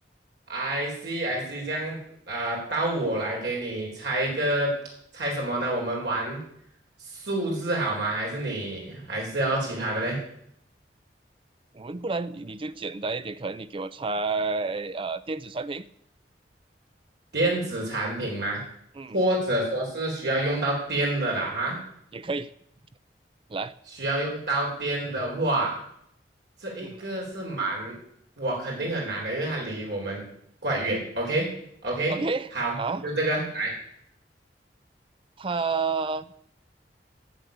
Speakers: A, on the right; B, on the right.
A: I see, I see，这样啊，到我来给你猜一个，猜什么呢？我们玩数字好吗？还是你还是要其他的嘞？
B: 嗯。我们不然你你就简单一点，可能你给我猜呃电子产品，
A: 电子产品吗？
B: 嗯，
A: 或者说是需要用到电的啦，哈，
B: 也可以来，
A: 需要用到电的，话，这一个是蛮，
B: 嗯
A: 我肯定很难的，因为它离我们怪远。OK，OK，
B: ，OK
A: 好，
B: 啊，
A: 就这个来。
B: 它